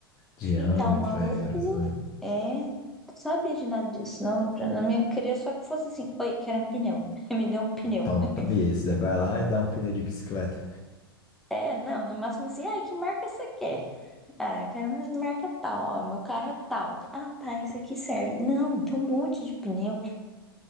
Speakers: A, on the left; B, in the centre.
A: Diâmetro,
B: Enfim, tá uma loucura.
A: é, grossura.
B: É, não sabia de nada disso. Não, Pra- na minha, queria só que fosse assim, oi, quero um pneu. <laughs> Me deu um pneu.
A: Tome,
B: <laughs>
A: tome esse. Daí Vai lá e dá um pneu de bicicleta.
B: É, não, no máximo assim, ai, que marca você quer? Ah, eu quero uma marca tal, ó, meu carro é tal. Ah, tá, isso aqui serve. Não, tem um monte de pneu,